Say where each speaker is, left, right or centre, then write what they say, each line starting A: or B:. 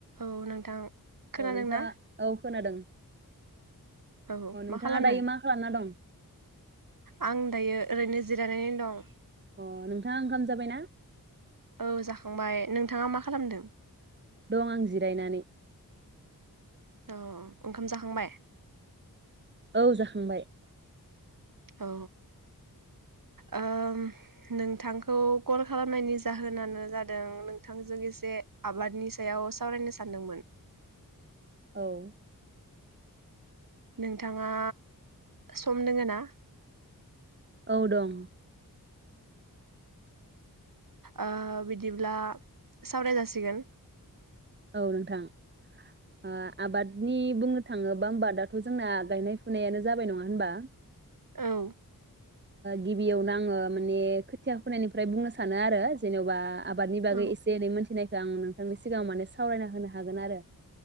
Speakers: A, on the right; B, on the right.
A: औ नोंथां। खोनादोंना
B: औ नोंथाङा औ खोनादों।
A: औ
B: अ नोंथाङा
A: मा खालामदों?
B: दायो मा खालामना दं
A: आं दायो ओरैनो जिरायनानैनो दं।
B: अ नोंथाङा ओंखाम जाबायना
A: औ जाखांबाय। नों नोंथाङा मा खालामदों?
B: दं आं जिरायनानै
A: औ ओंखाम जाखांबाय?
B: औ जाखांबाय।
A: औ ओ नोंथांखौ कल खालामनायनि जाहोनानो जादों नोंथांजों एसे आबादनि सायाव सावरायनो सानदोंमोन।
B: औ
A: नोंथाङा सम दोङो ना?
B: औ दं।
A: औ बिदिब्ला सावराय जासिगोन।
B: औ नोंथां इ आबादनि बुंनो थाङोब्ला होमबा दाथ' जोंना गायनाय फुनायानो जाबाय नङा होनबा?
A: औ
B: गिबियावनो आङो माने खोथिया फोनायनिफ्राय बुंनो सानो आरो जेन'बा आबादनि बागै
A: औ
B: एसे एनै मोनथिनाय आं नोंथांनि सिगां सावरायना होनो हागोन आरो